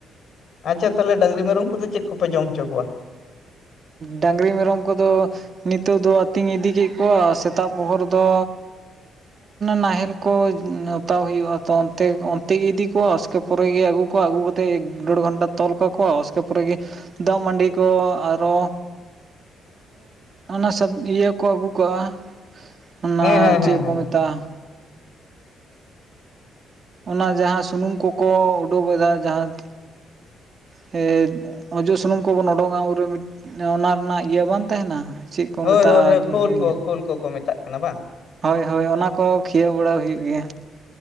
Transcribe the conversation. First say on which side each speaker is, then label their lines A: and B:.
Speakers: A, on the left (about 55°); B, on the right (about 45°).
A: ᱟᱪᱪᱷᱟ ᱛᱟᱦᱚᱞᱮ ᱰᱟᱝᱨᱤ ᱢᱮᱨᱚᱢ ᱠᱚᱫᱚ ᱪᱮᱫ ᱠᱚᱯᱮ ᱡᱚᱢ ᱦᱚᱪᱚ ᱠᱚᱣᱟ?
B: ᱰᱟᱝᱨᱤ ᱢᱮᱨᱚᱢ ᱠᱚᱫᱚ ᱱᱤᱛᱚᱜ ᱫᱚ ᱟᱹᱛᱤᱧ ᱤᱫᱤ ᱠᱮᱫ ᱠᱚᱣᱟ ᱥᱮᱛᱟᱜ ᱯᱚᱦᱚᱨ ᱫᱚ ᱱᱟᱦᱮᱞ ᱠᱚ ᱚᱛᱟᱣ ᱦᱩᱭᱩᱜᱼᱟ ᱛᱚ ᱚᱱᱛᱮ ᱚᱱᱛᱮ ᱜᱮ ᱤᱫᱤ ᱠᱚᱣᱟ ᱩᱥᱠᱮ ᱯᱚᱨᱮᱜᱮ ᱟᱹᱜᱩ ᱠᱚ ᱟᱹᱜᱩ ᱠᱟᱛᱮ ᱮᱠ ᱰᱮᱲ ᱜᱷᱚᱱᱴᱟ ᱛᱚᱞ ᱠᱟᱠᱚᱣᱟ ᱩᱥᱠᱮ ᱯᱚᱨᱮ ᱜᱮ ᱫᱟᱜ ᱢᱟᱰᱤ ᱠᱚ ᱟᱨᱚ ᱚᱱᱟ ᱥᱟ ᱤᱭᱟᱹ ᱠᱚ ᱟᱹᱜᱩ ᱠᱟᱜᱼᱟ ᱚᱱᱟ
A: ᱦᱮᱸ ᱦᱮᱸ
B: ᱪᱮᱫ
A: ᱦᱮᱸ ᱦᱮᱸ
B: ᱠᱚ ᱢᱮᱛᱟᱜᱼᱟ ᱚᱱᱟ ᱡᱟᱦᱟᱸ ᱥᱩᱱᱩᱢ ᱠᱚᱠᱚ ᱩᱰᱩᱠ ᱮᱫᱟ ᱡᱟᱦᱟᱸ ᱦᱮ ᱚᱡᱚᱜ ᱥᱩᱱᱩᱢ ᱠᱚᱵᱚᱱ ᱚᱰᱚᱝᱼᱟ ᱩᱱᱨᱮ ᱢᱤᱫ ᱚᱱᱟ ᱨᱮᱱᱟᱜ ᱤᱭᱟᱹ ᱵᱟᱝ ᱛᱟᱦᱮᱱᱟ ᱪᱮᱫ ᱠᱚ
A: ᱦᱳᱭ
B: ᱢᱮᱛᱟᱜᱼᱟ
A: ᱦᱳᱭ ᱦᱳᱭ
B: ᱟᱹᱞᱤᱧ
A: ᱠᱷᱳᱞ
B: ᱦᱤᱲᱤᱧ
A: ᱠᱚ ᱠᱷᱳᱞ ᱠᱚᱠᱚ ᱢᱮᱛᱟᱜ ᱠᱟᱱᱟ ᱵᱟᱝ
B: ᱦᱳᱭ ᱦᱳᱭ ᱚᱱᱟ ᱠᱚ ᱠᱷᱤᱭᱟᱹᱣ ᱵᱟᱲᱟ ᱦᱩᱭᱩᱜ ᱜᱮᱭᱟ᱾